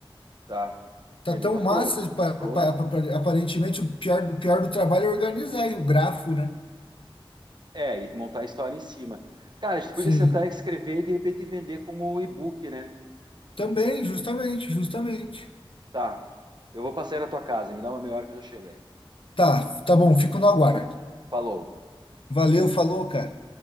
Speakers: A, on the right; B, on the left.
A: tá.
B: tá
A: É, Ele
B: tão
A: tá
B: massa,
A: pronto.
B: pa- pa-
A: Pronto
B: pa- aparentemente o pior do, pior do trabalho é organizar aí o grafo, né?
A: É, e montar a história em cima. Cara, a gente podia
B: Sim.
A: sentar e escrever e de repente vender como e-book, né?
B: Também, justamente, justamente.
A: Tá. Eu vou passar aí na tua casa, me dá uma meia hora que eu já chego aí.
B: Tá, tá bom, fico no aguardo.
A: Falou.
B: Valeu, falou, cara.